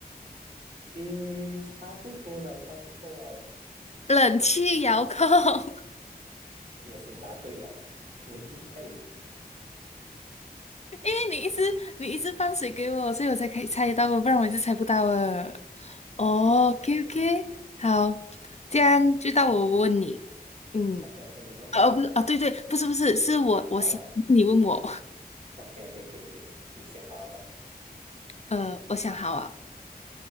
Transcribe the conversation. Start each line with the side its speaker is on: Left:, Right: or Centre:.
Right: 诶，差不多了，差不多了，
Left: 冷气遥控，<laughs>
Right: 也是你答对了，<laughs> 你很厉害耶
Left: 因为你一直你一直放水给我，所以我才可以猜到哦不然我一直猜不到的。哦，OK
Right: OK，
Left: OK，好，这样就到我问你，
Right: 好
Left: 嗯，
Right: ，OK，OK，你问我
Left: 哦，不是，啊，对对，不是不是，是我我想你问我，
Right: 啊，OK，OK，可以，可以，你想好了吗
Left: <laughs> 呃，我想好啊，